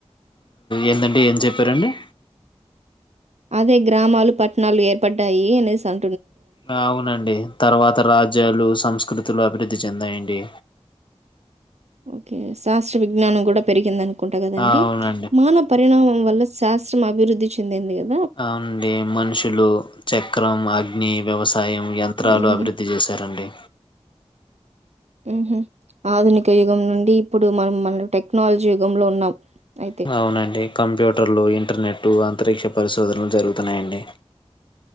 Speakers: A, on the left (about 45°); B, on the right (about 80°).
A: ఏందండి ఏం చెప్పారండి
B: అదే గ్రామాలు పట్టణాలు ఏర్పడ్డాయి అనేసం
A: ఆ అవునండి తర్వాత రాజ్యాలు సంస్కృ స్కృతులు అభివృద్ధి చెందయండి
B: ఓకే శాస్త్ర విజ్ఞానం కూడా పెరిగిందనుకో కుంటా కదండి
A: ఆ, అవునండి
B: మాన పరిణామం వల్ల శాస్త్రం అభివృద్ధి చెందింది క
A: అవుడి మనుషులు చె క్రం అగ్ని వ్యవసా సాయం యంత్రాలు
B: హ్మ్.
A: అభివృద్ధి చేశారండి
B: మ్ హు ఆధునిక యుగం నుండి ఇప్పుడు మనం మన టెక్నాలజీ యుగంలో ఉన్నాం అయితే.
A: హు అవునండి కంప్యూటర్లు ఇం టర్నెట్టు అంతరిక్ష పరిశోధనలు జరుగుతున్నాయండి